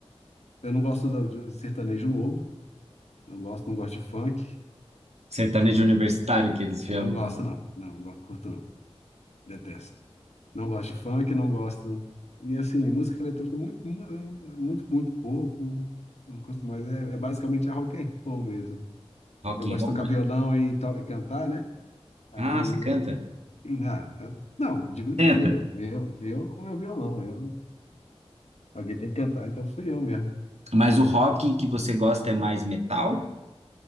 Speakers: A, on the left; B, on the right.
A: Eu não gosto da- de sertanejo novo, não gosto, não gosto de funk.
B: sertanejo universitário que eles chamam
A: É, Não gosto, não. Não, não curto, não. Detesto. Não gosto de funk, não gosto. E assim, música eletrônica muito, muito, muito pouco. Não gosto mais. É, é basicamente a rock and roll mesmo.
B: rock
A: Eu gosto
B: and roll.
A: de tocar
B: né?
A: violão e, to- e cantar, né? Aí
B: Ah, você canta?
A: eu. Ah, eu- não, de brincadeira.
B: Tenta.
A: Eu, eu com meu violão. Eu, alguém tem que cantar, então fui eu mesmo.
B: Mas o rock que você gosta é mais metal?